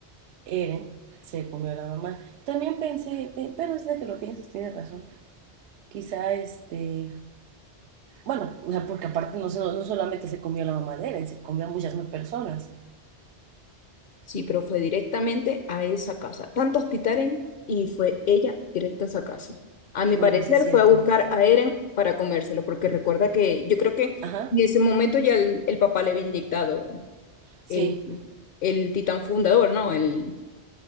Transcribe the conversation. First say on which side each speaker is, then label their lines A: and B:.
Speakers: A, on the right (about 80°); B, on the left (about 55°).
A: Eren se comió a la mamá. También pensé, pe- pero es de que lo piensas, tienes razón. Quizá este. Bueno, o sea, porque aparte no, se- no solamente se comió a la mamá de Eren, se comió a muchas más personas.
B: Sí, pero fue directamente a esa casa. Tantos titanes y fue ella directa a esa casa. A mi
A: Bueno,
B: parecer
A: sí es cierto.
B: fue a buscar a Eren para comérselo, porque recuerda que yo creo que
A: Ajá,
B: en ese momento ya el, el papá le había inyectado
A: sí.
B: eh, el titán fundador, ¿no? El,